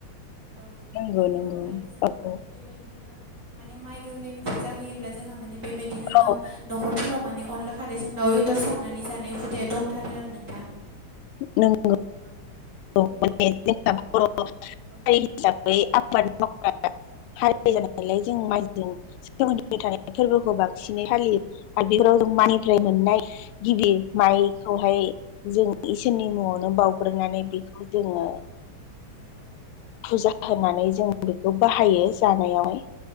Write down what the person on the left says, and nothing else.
नंगौ
नंगौ
औ
औ
औ
नोंगौ
आ
<unintelligible>
हारि जानायलाय जों माइजों
सोमोनदो फबाय थानाय फोरबोखौ बांसिनै
फालियो आरो बेफोराव जों मायनिफ्राय मोननाय गिबि माइखौहाय जों इसोरनि मुङावनो बाउग्रोनानै
बेखौ जोङो
फुजा होनानै जों बेखौ बाहायो जानायावहाय